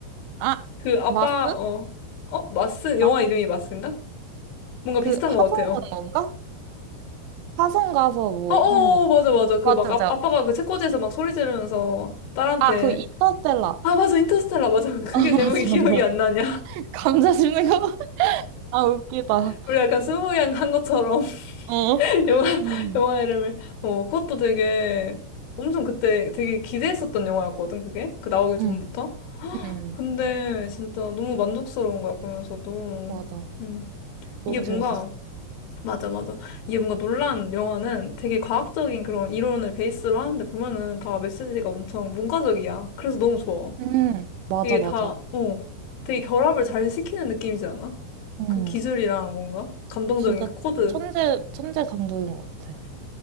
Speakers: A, on the right; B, on the left.
A: 아,
B: 그 아빠,
A: 마스?
B: 어, 어? 마스? 영화
A: 마스?
B: 이름이 마스인가? 뭔가 비슷한
A: 그 화성
B: 것 같아요.
A: 가는 건가? 화성 가서 뭐
B: 아, 어, 어,
A: 하는 건가?
B: 어, 맞아, 맞아. 그
A: 맞아,
B: 막 아,
A: 맞아.
B: 아빠가 그 책꽂이에서 막 소리 지르면서 딸한테
A: 아, 그 인터스텔라.
B: 아, 맞아. 인터스텔라. 맞아. <laughs> 그게
A: 아, <laughs> 맞아,
B: 제목이 기억이
A: 맞아. 맞아.
B: 안 나냐.
A: 감자 씹는 거? <laughs> 아, 웃기다.
B: 우리 약간 스무양 한 것처럼
A: 어.
B: <laughs> 영화
A: 음.
B: 영화 이름을 어 그것도 되게 엄청 그때 되게 기대했었던 영화였거든 그게 그 나오기 전부터
A: 음. 음.
B: 근데 진짜 너무 만족스러운 거야 보면서도
A: 맞아.
B: 음
A: 너무
B: 이게 뭔가
A: 재밌었어.
B: 맞아 맞아 이게 뭔가 놀란 영화는 되게 과학적인 그런 이론을 베이스로 하는데 보면은 다 메시지가 엄청 문과적이야 그래서 너무 좋아
A: 음, 맞아,
B: 이게
A: 맞아.
B: 다어 되게 결합을 잘 시키는 느낌이지 않아?
A: 음,
B: 그 기술이랑 뭔가 감동적인
A: 진짜
B: 그 코드
A: 천재, 천재 감독인 것 같아.